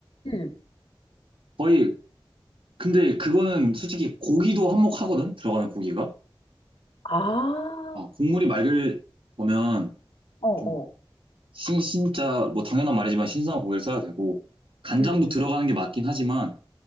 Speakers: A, on the left; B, on the right.
A: 응.
B: 거의 근데 그거는 솔직히 고기도 한몫하거든? 들어가는 고기가.
A: 아.
B: 아, 국물이 맑을 거면
A: 어,
B: 좀
A: 어.
B: 신, 진짜 뭐 당연한 말이지만 신선한 고기를 써야 되고 간장도
A: 응, 응.
B: 들어가는 게 맞긴 하지만